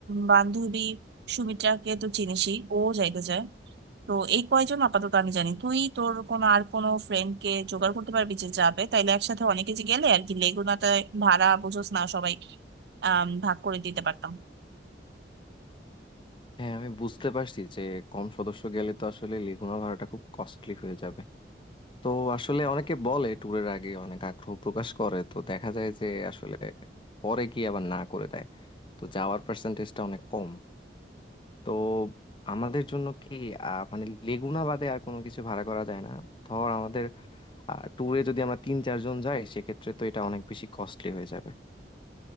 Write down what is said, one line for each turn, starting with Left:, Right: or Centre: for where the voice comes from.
Right: বান্ধবী সুমিত্রাকে তো চিনিসই ও যাইতে চায় তো এই কয়জন আপাতত আমি জানি তুই তোর কোনো আর কোনো ফ্রেন্ড কে জোগাড় করতে পারবি যে যাবে তাইলে একসাথে অনেকে যে গেলে আর কি লেগুনাতে ভাড়া বুঝোস না সবাই আম, ভাগ করে দিতে পারতাম
Left: হ্যাঁ আমি বুঝতে পারছি যে কম সদস্য গেলে তো আসলে লিগুনা ভাড়াটা খুব কস্টলি হয়ে যাবে তো আসলে অনেকে বলে ট্যুরের আগে অনেক আগ্রহ প্রকাশ করে তো দেখা যায় যে আসলে পরে গিয়ে আবার না করে দেয় তো যাওয়ার পার্সেন্টেজটা অনেক কম তো আমাদের জন্য কি আহ, মানে লেগুনা বাদে আর কোনো কিছু ভাড়া করা যায় না ধর আমাদের ট্যুরে যদি আমরা তিন চারজন যাই সেক্ষেত্রে তো এটা অনেক বেশি কস্টলি হয়ে যাবে